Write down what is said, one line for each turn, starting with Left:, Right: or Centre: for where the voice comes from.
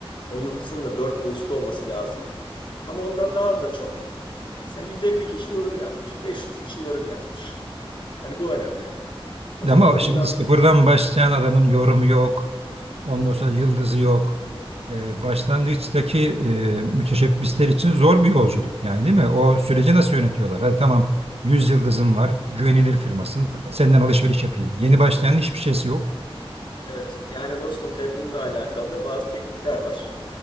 Left: O yıldızın da 4 ve üstü olması lazım. Ama ondan daha da çok mesela 150 kişi yorum yazmış. 500 kişi yorum yazmış. Hani bu önemli. O zaman
Right: Ama
Left: ürün
Right: şimdi
Left: daha
Right: sıfırdan başlayan adamın yorumu yok. Ondan sonra yıldızı yok. Ee, başlangıçtaki e, müteşebbisler için zor bir yolculuk yani değil mi? O süreci nasıl yönetiyorlar? Hadi tamam 100 yıldızım var, güvenilir firmasın, senden alışveriş yapayım. Yeni başlayanın hiçbir şeysi yok.
Left: Evet yani dostum tabii bununla alakalı da bazı teknikler var.